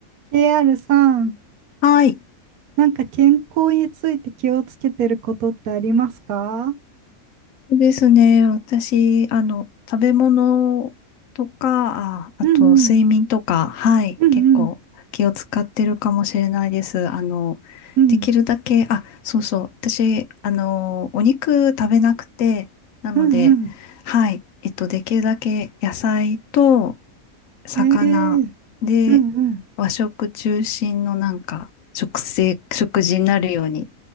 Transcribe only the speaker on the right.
KR さん、
なんか健康について気をつけてることってありますか
うんうん、
うんうん、
うん、
うんうん。
ええうんうん。